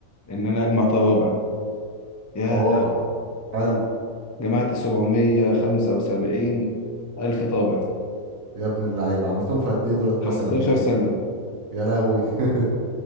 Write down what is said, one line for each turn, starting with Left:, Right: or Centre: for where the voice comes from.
Left: إن أنا أجمع طوابع يا
Right: طوابع حلو
Left: جمعت 775 ألف طابع
Right: يا ابن اللعيبه عملتهم في قد ايه دولت
Left: 15
Right: مثلا كده
Left: سنة
Right: يا لهوي <laughs>